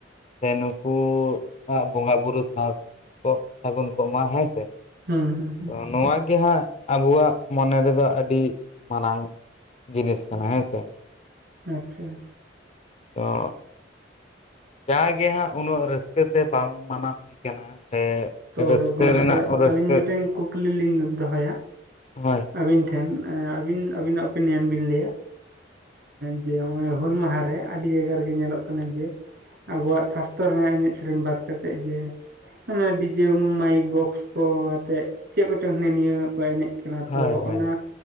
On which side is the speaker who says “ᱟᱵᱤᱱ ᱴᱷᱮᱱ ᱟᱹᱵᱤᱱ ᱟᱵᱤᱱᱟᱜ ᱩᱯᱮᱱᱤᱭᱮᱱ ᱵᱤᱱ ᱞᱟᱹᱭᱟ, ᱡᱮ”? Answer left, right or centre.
Right